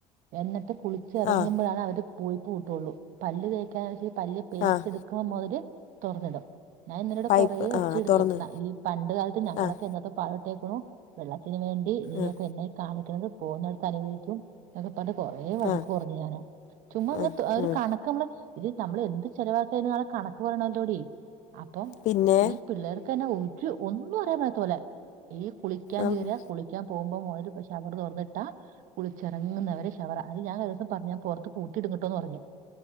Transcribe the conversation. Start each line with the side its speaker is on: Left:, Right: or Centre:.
Right: എന്നിട്ട് കുള ച്ചെറങ്ങുമ്പഴാണ്
Left: ആഹ്
Right: അവര് പോയി ക പൂട്ടുള്ളൂ. പല്ല് തേക്കാന്ന് ച്ചൽ പല്ല് പേസ്റ്റെടു-
Left: ആഹ്
Right: കമവര് തൊർന്നിടും. ഞാ ഇന്നലെടെ
Left: പൈപ്പ്
Right: കൊറേ ഒച്ചയെടുത്തു.
Left: ആഹ് തുറന്ന്
Right: ന്ന ഈ പണ്ട് കാൽത്ത് ഞങ്ങളൊക്കെ
Left: ആഹ്
Right: എന്താ പാ ഇട്ടേക്കണു. വെള്ളത്തിന് വേണ്ടി നീയൊക്കെ
Left: ആഹ്
Right: എന്നെ കാണിക്കണത് പോകുന്ന ട്ത്ത് അനുഭവിക്കും. അത്പ്പണ്ട് കൊറെേ വഴക്
Left: ആഹ്
Right: പർഞ് ഞാന്. ചുമ്മാ ങ്ങ്
Left: ആഹ്
Right: തു ഒരു
Left: ഉം
Right: കണക്കമ്മള് ഇത് നമ്മള് എന്ത് ചെലവാക്യന് നളെ കണക്ക് പറയണല്ലോ ടീ. അപ്പം
Left: പിന്നെ
Right: ഈ. പിള്ളേർക്കെന്നെ ഒരു ഒന്നും അറിയൻ പത്ത പോലെ ഈ കുളിക്കാൻ
Left: ആഹ്
Right: കേറിയ കുളി- ക്കാൻ പോവുമ്പോ മോൽ ഷവർ തൊർന്നിട്ടാ കുളിച്ചിറങ്ങുന്നവരെ ശവറ. അത് ഞ <unintelligible> പറഞ്ഞ പൊർത്ത് പൂട്ടി ഇടുങ്ങട്ടോന്ന് പർഞു.